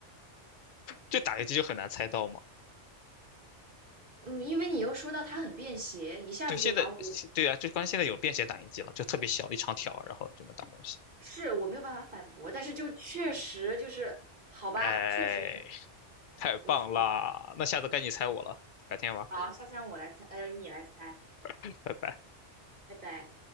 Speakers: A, on the left; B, on the right.
A: 这打印机就很难猜到嘛。
B: 嗯，因为你又说到它很便携，一下子就把我
A: 对，现在对啊，就关键现在有便携打印机了，就特别小一长条，然后就能打东西。
B: 是我没有办法反驳，但是就确实就是好吧，
A: 哎，
B: 确实
A: 太棒啦！
B: 我服
A: 那下次该你猜我了，改天玩，
B: 啊。下次让我来猜，哎、呃，你来猜，
A: 拜拜。
B: 拜拜。